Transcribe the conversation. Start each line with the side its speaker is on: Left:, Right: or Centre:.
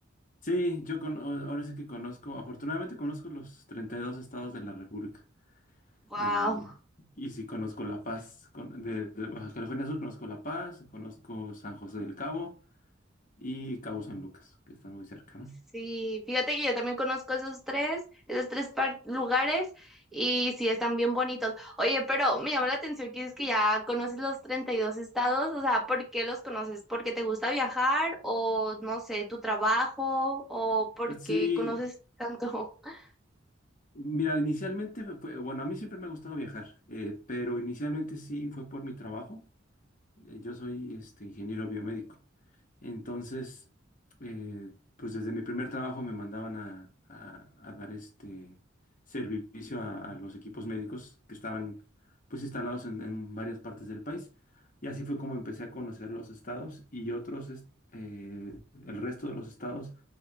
Left: Sí, yo con, o- ahora sí que conozco, afortunadamente conozco los 32 estados de la República.
Centre: Wow.
Left: Eh, y sí conozco La Paz, con- de, de Baja California Sur conozco La Paz, conozco San José del Cabo y Cabo San Lucas, que están muy cerca, ¿no?
Centre: Sí, fíjate que yo también conozco esos tres, esos tres par- lugares y sí están bien bonitos. Oye, pero me llama la atención que dices que ya conoces los 32 estados, o sea, ¿por qué los conoces? ¿Porque te gusta viajar o no sé, tu trabajo o porque
Left: Sí,
Centre: conoces tanto? <laughs>
Left: mira, inicialmente, fue- bueno, a mí siempre me ha gustado viajar, eh, pero inicialmente sí fue por mi trabajo. Eh, Yo soy este, ingeniero biomédico. Entonces, eh, pues desde mi primer trabajo me mandaban a, a- a dar este servicio a, a los equipos médicos que estaban pues instalados en, en varias partes del país. Y así fue como empecé a conocer los estados y otros, es- eh, el resto de los estados